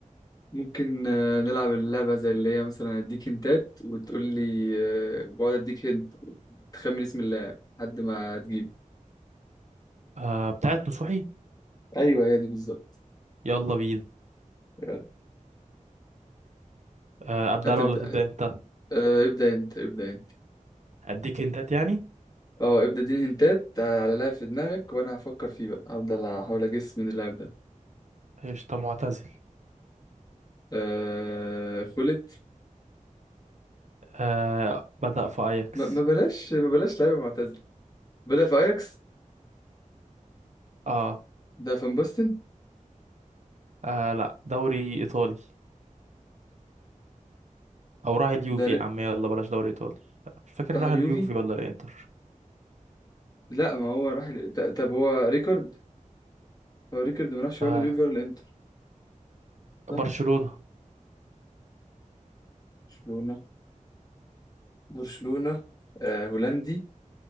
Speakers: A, on the left; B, on the right.
A: ممكن آه، نلعب اللعبة زي اللي هي مثلا اديك هنتات وتقول لي آه، بقعد اديك هنت تخمن اسم اللاعب لحد ما تجيب
B: آه بتاعت نصوحي
A: ايوه هي دي بالظبط
B: يلا بينا
A: يلا.
B: آه ابدأ
A: هتبدأ
B: انا ولا تبدأ انت
A: آه، ابدأ انت ابدأ انت
B: اديك انتات يعني
A: اه ابدأ اديني هنتات على لاعب في دماغك وانا هفكر فيه بقى هفضل احاول اجس من اللاعب ده
B: قشطة معتزل
A: أه... خلت
B: آه بدأ في اياكس
A: ما... ما بلاش ما بلاش لعيبة معتزلة بدأ في اياكس
B: آه.
A: ده فان باستن
B: اه لا دوري ايطالي او راح اليوفي
A: ده ر...
B: يا عم يلا بلاش دوري ايطالي مش فاكر
A: راح
B: راح
A: اليوفي
B: اليوفي ولا الانتر
A: لا ما هو راح ال- ط- طب هو ريكورد هو ريكورد ما راحش ولا
B: آه
A: اليوفي ولا الانتر صح
B: برشلونة
A: برشلونة برشلونة آه هولندي